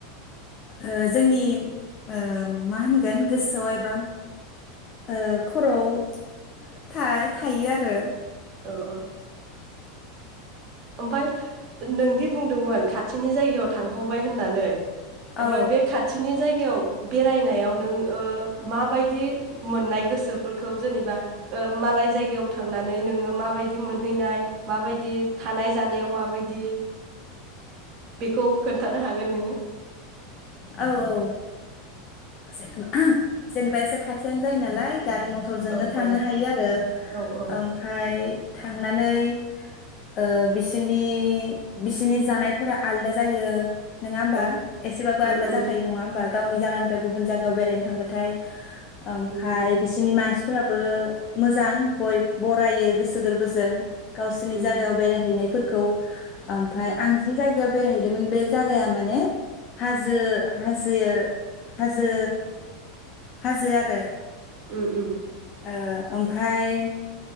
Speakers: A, on the left; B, on the right.
A: ओ जोंनि ओ मा होनगोन गोसोआव एबा ओ खर'आव था-थायो आरो
B: औ औ ओमफाय नोंदि बुंदोंमोन खाथिनि जायगायाव थांखांबाय होननानै ओमफाय
A: औ
B: बे खाथिनि जायगा गायाव बेरायनायाव नों ओ माबायदि मोननाय गोसोफोरखौ जोनेबा ओ मालाय जायगायाव थांनानै नोङो माबायदि मोनहैनाय माबायदि थानाय जानायाव माबायदि बेखौ खोन्थानो हागोन नोङो
A: औ औ जेनबा <unintelligible> जेनेबा एसे खाथियानो जायो नालाय गारि मथरजोंनो
B: औ
A: थांनो
B: औ
A: हायो आरो
B: औ औ
A: ओमफाय थांनानै ओ बिसोनि बिसोनि जानायफोरा आलदा जायो नोङा होमबा
B: औ
A: एसेबाबो
B: उम
A: आलदा
B: उम
A: जाखायो नङा होमबा गावनि जागान फाय गुबुन जागायाव बेरायनो थांबाथाय ओमफाय
B: उम
A: बिसोनि मानसि फोराबो मोजां बय बरायो गोसो गोरबोजों गावसोनि
B: उम
A: जायगायाव बेरायहैनाय फोर खौ आमफाय
B: उम
A: आं जि जाग याव बेरायहैदोमोन बे जायगाया माने हाजो हाजो हाजो हाजो आरो
B: उम उम
A: ओ ओमफाय